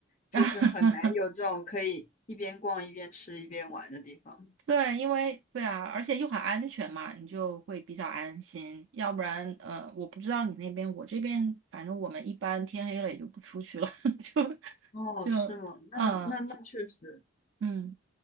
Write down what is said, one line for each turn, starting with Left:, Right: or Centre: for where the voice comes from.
Left: 就是很难有这种可以一边逛一边吃一边玩的地方。
Right: <laughs> 对，因为对啊，而且又很安全嘛，你就会比较安心。要不然，呃，我不知道你那边，我这边反正我们一般天黑了也就不出去了，<laughs> 就
Left: 哦，
Right: 就嗯就
Left: 是吗？那那那确实，
Right: 嗯，